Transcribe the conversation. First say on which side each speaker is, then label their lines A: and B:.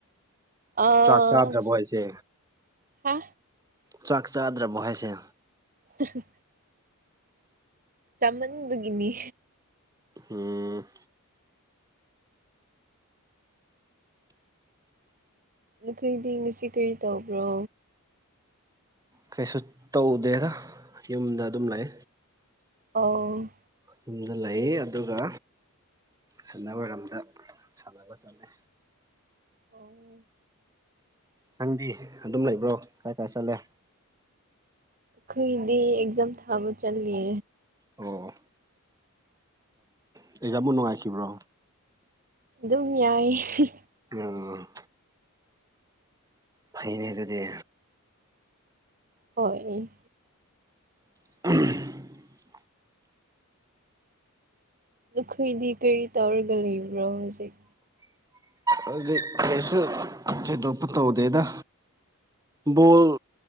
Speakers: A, on the right; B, on the right.
A: ꯑꯁ
B: ꯆꯥꯛ ꯆꯥꯗ꯭ꯔꯕꯣ ꯍꯥꯏꯁꯦ
A: ꯍꯥ
B: ꯆꯥꯛ ꯆꯥꯗ꯭ꯔꯕꯣ ꯍꯥꯏꯁꯦ
A: ꯍꯥꯍꯥ ꯆꯥꯃꯟꯕꯒꯤꯅꯤ
B: ꯎꯝ
A: ꯅꯈꯣꯏꯗꯤ ꯉꯁꯤ ꯀꯔꯤ ꯇꯧꯕ꯭ꯔꯣ
B: ꯀꯩꯁꯨ ꯇꯧꯗꯦꯗ ꯌꯨꯝꯗ ꯑꯗꯨꯝ ꯂꯩ
A: ꯑꯣ
B: ꯌꯨꯝꯗ ꯂꯩ ꯑꯗꯨꯒ ꯁꯟꯗ ꯋꯥꯏꯔꯝꯗ ꯁꯥꯟꯅꯕ ꯆꯠꯂꯦ
A: ꯑꯧ
B: ꯅꯪꯗꯤ ꯑꯗꯨꯝ ꯂꯩꯕ꯭ꯔꯣ ꯀꯥꯏ ꯀꯥꯏ ꯆꯠꯂꯦ
A: ꯈꯣꯏꯗꯤ ꯑꯦꯛꯖꯥꯝ ꯊꯥꯕ ꯆꯠꯂꯦ
B: ꯑꯣ ꯑꯦꯛꯖꯥꯝꯕꯨ ꯅꯨꯡꯉꯥꯏꯈꯤꯕ꯭ꯔꯣ
A: ꯑꯗꯨꯝ ꯅꯨꯡꯉꯥꯏꯌꯦ
B: ꯑꯝ ꯐꯩꯅꯦ ꯑꯗꯨꯗꯤ
A: ꯍꯣꯏ
B: <unintelligible>
A: ꯅꯈꯣꯏꯗꯤ ꯀꯔꯤ ꯇꯧꯔꯒ ꯂꯩꯕꯅꯣ ꯍꯧꯖꯤꯛ
B: ꯍꯧꯖꯤꯛ ꯀꯩꯁꯨ ꯊꯣꯢꯗꯣꯛꯄ ꯇꯧꯗꯦꯗ ꯕꯣꯜ